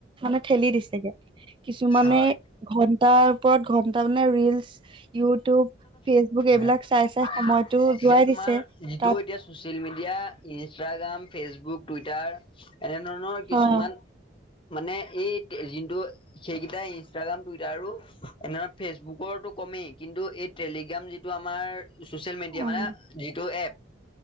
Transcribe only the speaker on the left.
হয়।
এতিয়া
তোমাৰ
যিটো
এতিয়া social media Instagram Facebook Twitter এনেধৰণৰ কিছুমান
মানে এই যিটো সেইকেইটা ইনষ্টাগ্ৰাম টুইটাৰো এনে ফেচবুকৰটো কমেই কিন্তু এই টেলিগ্ৰাম যিটো আমাৰ চচিয়েল মিডিয়া
মানে যিটো এপ